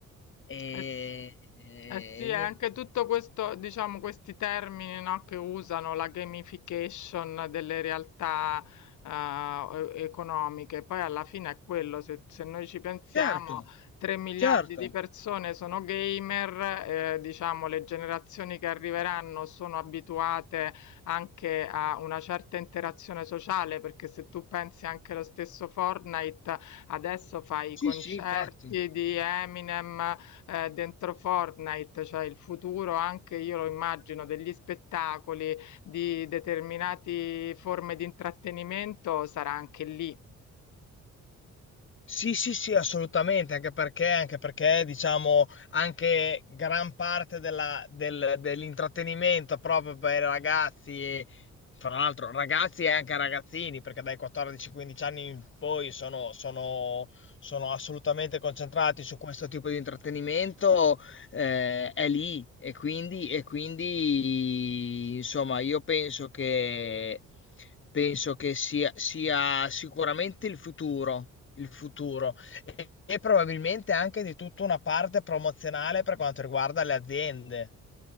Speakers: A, on the left; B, on the left.
A: E,
B: Eh s-
A: e
B: eh sì, è
A: niente.
B: anche tutto questo, diciamo, questi termini, no, che usano la gamification delle realtà eh, e- economiche. Poi alla fine è quello, se, se noi ci pensiamo,
A: Certo,
B: 3 miliardi
A: certo.
B: di persone sono gamer, eh, diciamo, le generazioni che arriveranno sono abituate anche a una certa interazione sociale, perché se tu pensi anche allo stesso Fortnite, adesso fai i
A: Sì,
B: concerti
A: sì, infatti.
B: di Eminem eh, dentro Fortnite, cioè il futuro anche io lo immagino degli spettacoli, di determinate forme di intrattenimento sarà anche lì
A: Sì, sì, sì, assolutamente, anche perché, anche perché, diciamo, anche gran parte della- del- dell'intrattenimento proprio per i ragazzi, fra l'altro ragazzi e anche ragazzini, perché dai 14-15 anni in poi sono, sono- sono assolutamente concentrati su questo tipo di intrattenimento, eh, è lì e quindi, e quindi, insomma, io penso che, penso che sia sia sicuramente il futuro il futuro e, e probabilmente anche di tutta una parte promozionale per quanto riguarda le aziende.